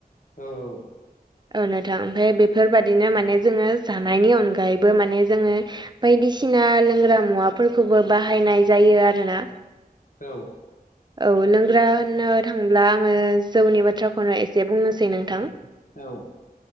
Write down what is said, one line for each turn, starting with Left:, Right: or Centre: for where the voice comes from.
Left: औ औ
Right: औ नथां ओमफ्राय बेफोरबादिनो माने जोङो जानायनि अनगायैबो माने जोङो बायदिसिना लोंग्रा मुवाफोरखौबो बाहायनाय जायो आरोना
Left: औ
Right: औ लोंग्रा होननो थांब्ला आङो जौनि बाथ्राखौनो एसे बुंनोसै नोंथां
Left: औ